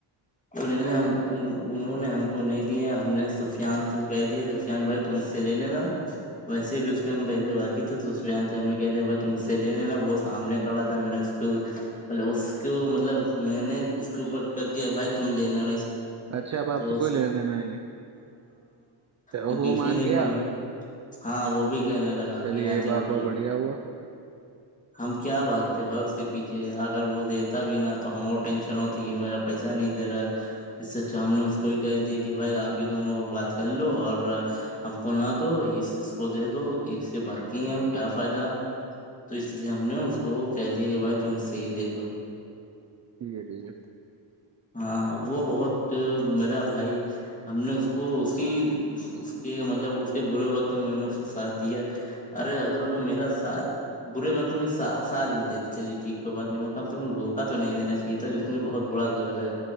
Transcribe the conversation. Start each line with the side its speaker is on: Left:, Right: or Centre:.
Left: وہ ل ہم انہوں نے ہم کو نہیں دیے ہم نے سفیان سے کہہ دیا سفیان بھائی تم اس سے لے لینا ویسے بھی اس کے پیسے باقی تھے تو سفیان سے ہم نے کہہ دیا بھائی تم سے لے لینا وہ سامنے کھڑا تھا میں نے اس کو مطلب اس کو مطلب میں نے اس کے اوپر کر دیا بھائی تم لےینا
Right: اچھا اب آپ
Left: تو
Right: سے کوئی لینا دینا نہیں ہے اچھا،
Left: ہم
Right: وہ
Left: پیچھے
Right: مان
Left: ہی نہیں
Right: گیا
Left: پڑیں ہاں وہ بھی کہنے لگا
Right: چلیے
Left: کہ ہاں
Right: یہ
Left: چلو
Right: بات بہت
Left: ٹھیک
Right: بڑھیا ہوا
Left: ہم کیا بھاگتے بھائی اس کے پیچھے کہ اگر وہ دیتا بھی نا تو ہم اور ٹینشن ہوتی کہ میرا پیسہ نہیں دے رہا ہے اس سے تو ہم نے اس کو ہی کہہ دیا کہ بھائی آپ پھر دونوں بات کر لو اور ہم کو نہ دو اس اس کو دے دو اس سے باتی ہیں ہم کیا فائدہ تو اس لیے ہم نے اس کو کہہ دیا کہ بھائی تم اس سے ہی لے لو
Right: ٹھیک ہے ٹھیک ہے
Left: ہاں ہاں وہ بہت میرا بھائی ہم نے اس کو اسی اس کے مطلب اس کے برے وقت میں نے اس کو ساتھ دیا ارے اگر وہ میرا ساتھ برے وقت میں ساتھ نہ دیتا چلیے ٹھیک کوئی بات نہیں کم سے کم دھوکہ تو نہیں دینا چاہیے تھا جس نے بہت برا کیا